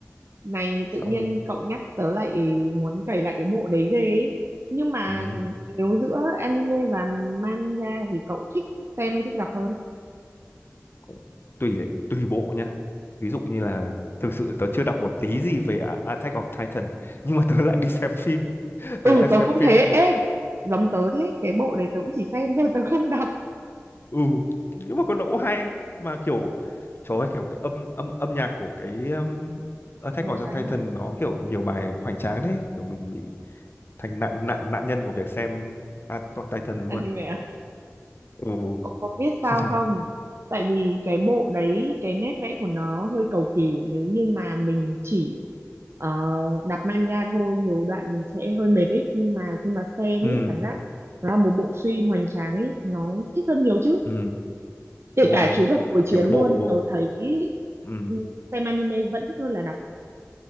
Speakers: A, on the right (about 55°); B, on the left (about 45°).
A: này
B: xong
A: tự nhiên
B: rồi,
A: cậu nhắc tớ lại muốn cày lại cái bộ đấy ghê ấy nhưng mà
B: ừ,
A: nếu giữa anime và manga thì cậu thích xem hay thích đọc hơn
B: cũng tùy đấy tùy bộ nhá ví dụ như là thực sự tớ chưa đọc một tí gì về A- Attack of Titan nhưng mà tớ lại đi xem phim
A: ừ
B: tớ lại xem
A: tớ cũng
B: phim
A: thế
B: của
A: ê giống tớ thế cái bộ đấy tớ cũng chỉ xem thôi tớ không đọc
B: ừ nhưng mà có độ hay mà kiểu trời ơi kiểu cái âm âm âm nhạc của cái um, Attack
A: hoành
B: of
A: tráng
B: Titan
A: nhỉ
B: nó kiểu nhiều bài hoành tráng đấy kiểu mình bị thành nạn nạn nạn nhân của việc xem Attack of Titan luôn
A: anime à?
B: Kiểu- ừ
A: Cậu có biết
B: <laughs>
A: sao không? Tại vì cái bộ đấy, cái nét vẽ của nó hơi cầu kỳ. Nếu như mà mình chỉ ờ, đọc manga thôi, nhiều đoạn mình sẽ hơi mệt ấy. Nhưng mà khi mà xem
B: ừ
A: ấy, cảm giác nó là một bộ phim hoành tráng ấy, nó thích hơn nhiều chứ.
B: ừ
A: Kể
B: đúng
A: cả
B: rồi
A: chú thuật hồi chiến
B: kiểu cái
A: luôn,
B: bộ
A: tớ thấy
B: ừ
A: ừ, xem anime vẫn thích hơn là đọc.